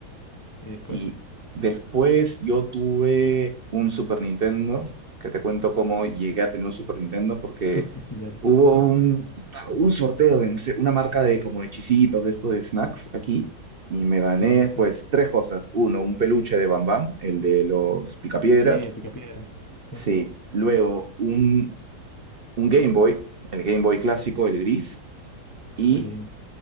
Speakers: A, on the left; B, on the right.
A: ¿Y después?
B: Y después yo tuve un Super Nintendo, que te cuento cómo llegué a tener un Super Nintendo, porque
A: <laughs> Dale.
B: hubo un, un sorteo de, no sé, una marca de como de chisitos, de esto de snacks aquí, y me gané
A: Sí, sí, sí.
B: pues tres cosas. Uno, un peluche de Bam Bam, el de los picapiedras.
A: Sí, el picapiedra, sí.
B: Sí, luego un, un Game Boy, el Game Boy clásico, el gris, y
A: Qué lindo.